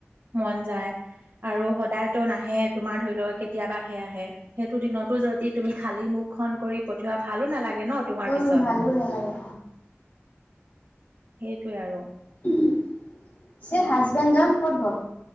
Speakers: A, on the right; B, on the left.
A: মন যায় আৰু সদায়তো নাহে তোমাৰ ধৰি লওঁক কেতিয়াবাহে আহে। সেইটো দিনতো যদি তুমি খালি মুখ খন কৰি পঠিওৱা ভালো নালাগে ন। তোমাৰ
B: উম
A: পিছত
B: ভালো নালাগে
A: সেইটোৱে আৰু।
B: পিছে
A: সে
B: হাজবেণ্ডজন ক'ত গ'ল।